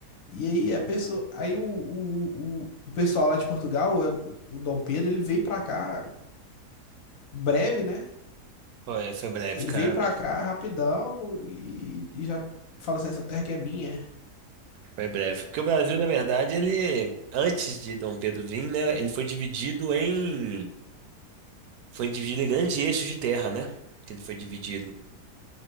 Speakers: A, on the left (about 60°); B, on the right (about 70°).
A: E aí a pessoa, aí o, o, o, o pessoal lá de Portugal, eh, o Dom Pedro, ele veio pra cá breve, né?
B: Foi, foi breve,
A: Ele
B: cara.
A: veio pra cá rapidão e, e já falou assim, essa terra que é minha.
B: Foi breve. Porque o Brasil, na verdade, ele, antes de Dom Pedro vir, né, ele foi dividido em, foi dividido em grandes eixos de terra, né? Que ele foi dividido.